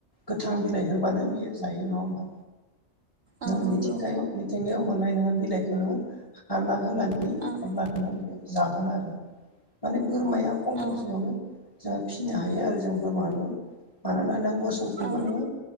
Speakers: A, on the left; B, on the right.
A: गोथां बिलाइ होब्लानो बियो जायो नङा होमबा। नों
B: औ नंगौ
A: मिथिंगायाव मिथिंगायाव मोननाय नोङो बिलाइखौ नोङो हाना होनानै
B: ओं
A: होब्लाना बियो जागोन आरो माने बोरमाया खम खरसायावनो
B: औ
A: जों फिसिनो हायो आरो जों बोरमाखौ मानोना नों मोसौखौबो
B: औ
A: नोङो।